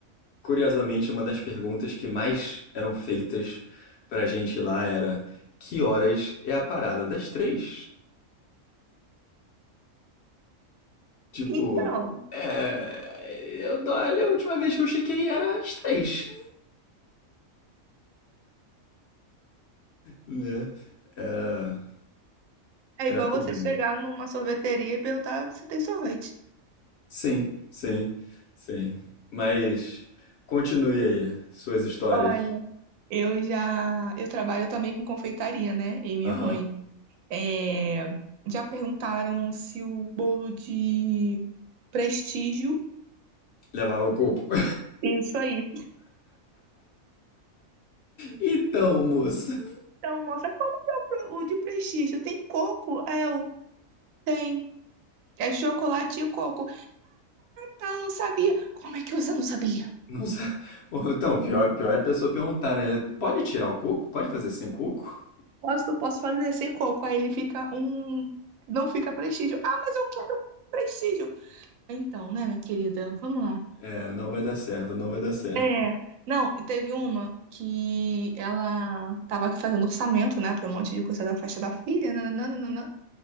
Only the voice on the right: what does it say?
Então,
É
igual
você chegar numa sorveteria e perguntar se tem sorvete.
Olha, Eu já, eu trabalho também com confeitaria, né? E minha
mãe. É, já perguntaram se o bolo de prestígio.
Isso aí.
Então, moça, como que é o pro- o de prestígio? Tem coco? É, eu tem. É chocolate e coco. Tá, eu não sabia. Como é que você não sabia?
Posso, posso fazer sem coco. Aí ele fica um. Não fica prestígio. Ah, mas eu quero prestígio. Então, né, minha querida? Vamos lá.
É. Não, teve uma que ela tava fazendo orçamento, né, pra um monte de coisa da faixa da filha, nananana.